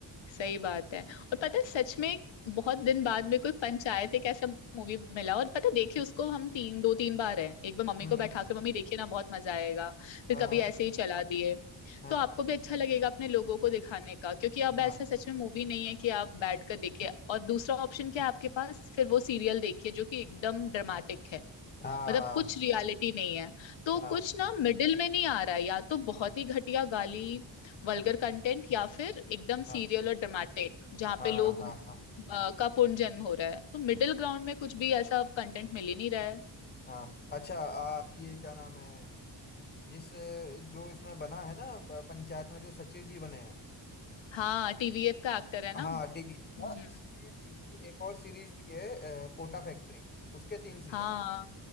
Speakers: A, on the left; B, on the left.
A: सही बात है और पता है सच में बहुत दिन बाद में कोई पंचायत एक ऐसा मूवी मिला और पता है, देखिए उसको हम तीन दो तीन बार है एक बार मम्मी
B: हम्म
A: को बैठा के मम्मी देखिए ना बहुत मजा आएगा फिर
B: हाँ
A: कभी
B: हाँ
A: ऐसे ही चला दिए
B: हाँ
A: तो आपको भी अच्छा लगेगा अपने लोगों को दिखाने का क्योंकि अब
B: हाँ
A: ऐसा सच में मूवी नहीं है कि आप बैठ कर देखिए और दूसरा ऑप्शन क्या है आपके पास फिर वो सीरियल देखिए जो कि एकदम ड्रामेटिक है
B: हाँ
A: मतलब
B: हाँ
A: कुछ रियलिटी नहीं है तो
B: हाँ
A: कुछ ना मिडिल में नहीं आ रहा है या तो बहुत ही घटिया गाली वल्गर कंटेंट या फिर एकदम
B: हाँ
A: सीरियल और ड्रामेटिक जहाँ
B: हाँ
A: पे लोग
B: हाँ
A: अ,
B: हाँ
A: का पुनर्जन्म हो रहा है तो मिडिल ग्राउंड में कुछ भी ऐसा कंटेंट मिल ही नहीं रहा है
B: हाँ। अच्छा आ, ये क्या नाम है जिस जो इसमें बना है ना प- पंचायत में जो सचिव जी बने हैं
A: हाँ टीवीएफ का एक्टर है ना
B: हाँ टीवीएस
A: हम्म
B: का इसमें इसकी एक और सीरीज भी है अ, कोटा फैक्ट्री उसके तीन सीजन
A: हाँ
B: है